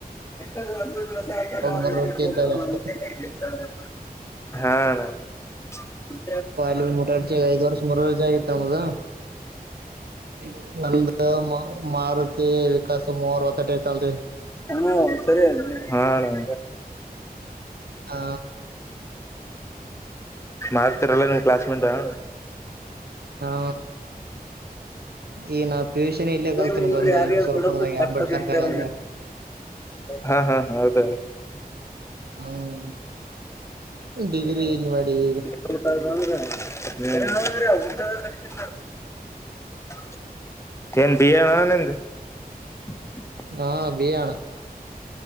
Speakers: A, on the left (about 15°); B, on the right (about 85°).
A: ಎ ಆ <unintelligible>
B: ಮೂರರ್ಜಿ ಇದ್ದಾಗ ಅಷ್ಟೇ
A: ಹಾ ಅಣ್ಣ ಹ್ಮ್
B: ರ್ಸ್ ಮರ ಜಾಗ ನ ಮುದ <unintelligible> ಅಂದ್ರ ಮಾರುತಿ ವಿಕಾಸು ಮೂವರು ಹೊತಟೇಕ್ ಅಂತಿ
A: ಹ ಸರಿ ಹಾ ಅಣ್ಣ
B: ಹ
A: ಮಾರ್ತಾರಲ್ಲ ನೀಮ್ ಕ್ಲಾಸ್ ಮೇಟ್ ಹಾ
B: ಹಾ ಈ ನಾವ ಪಿ. ಯು. ಸಿ ನು ಇಲ್ಲೇ ಕಲ್ತೀನಿ
A: ಮುಂದೆ
B: ಬಂದ
A: ಯಾರ್ಯಾರು
B: ಸುರಪುರ್ದಾಗ
A: ಕೊಡಕ್ಕೂ ಕಟ್ಟ
B: ಅಂಬೇಡ್ಕರ್
A: ಬಿಡ್ತಾರ
B: ಕಾಲೇಜ <inaudible>
A: ಹಾ ಹಾ ಹೌದ
B: ಹ್ಮ್ ಡಿಗ್ರಿ ಇಲ್ಲಿ ಮಾಡಿದಿನಿ
A: ಊಟ <unintelligible> ಏನ್ ಬಿ. ಎ ಅಣ್ಣ ನಿಂದು ಹ
B: ಹಾ ಬಿ. ಎ ಅಣ್ಣ